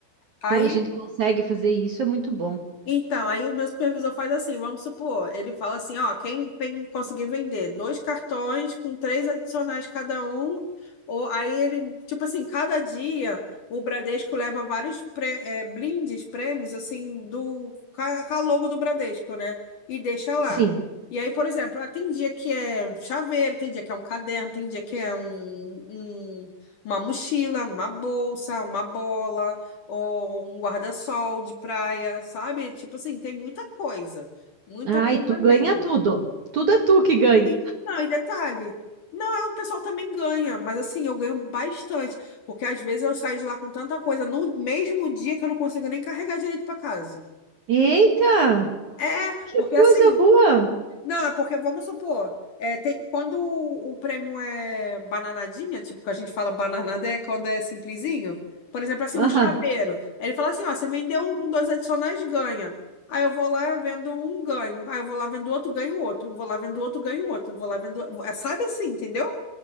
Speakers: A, on the left; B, on the right.
A: Aí
B: Quando a gente consegue fazer isso, é muito bom.
A: Então, aí o meu supervisor faz assim, vamos supor, ele fala assim, ó, quem vem- conseguir vender dois cartões com três adicionais cada um, ou aí ele, tipo assim, cada dia o Bradesco leva vários pré, eh, blindes, prêmios, assim, do, com a com a logo do Bradesco, né? E deixa lá.
B: Sim.
A: E aí, por exemplo, ah, tem dia que é chaveiro, tem dia que é um caderno, tem dia que é um, um- uma mochila, uma bolsa, uma bola ou um guarda-sol de praia, sabe? Tipo assim, tem muita coisa, muita
B: Ah,
A: coisa
B: e tu
A: mesmo.
B: ganha tudo. Tudo é tu que ganha.
A: Sim. Não, e detalhe, não, é, o pessoal também ganha, mas assim, eu ganho bastante, porque às vezes eu saio de lá com tanta coisa no mesmo dia que eu não consigo nem carregar direito para casa.
B: Eita,
A: É,
B: que
A: porque
B: coisa
A: assim,
B: boa.
A: Não, é porque, vamos supor, é, tem, quando o, o prêmio é bananadinha, tipo, que a gente fala bananada é quando é simplesinho. Por exemplo, assim,
B: Aham.
A: um chaveiro. Aí ele fala assim, ó, você vendeu um com dois adicionais, ganha. Aí eu vou lá, vendo um, ganho. Aí eu vou lá, vendo outro, ganho outro. Vou lá, vendo outro, ganho outro. Vou lá, vendo... É, sabe assim, entendeu?